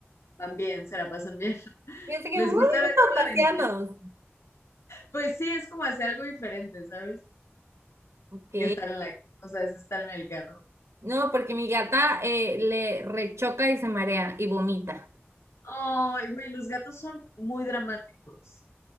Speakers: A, on the left (about 80°); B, on the right (about 75°).
A: van bien, se la pasan bien. <laughs>
B: Y así que,
A: Les
B: ¡wow!
A: gusta ver por la
B: Paseamos.
A: ventana. Pues sí, es como hacer algo diferente, ¿sabes?
B: Ok.
A: Que estar en la, o sea, es estar en el carro.
B: No, porque mi gata eh, le rechoca y se marea y vomita.
A: Ay, güey, los gatos son muy dramáticos,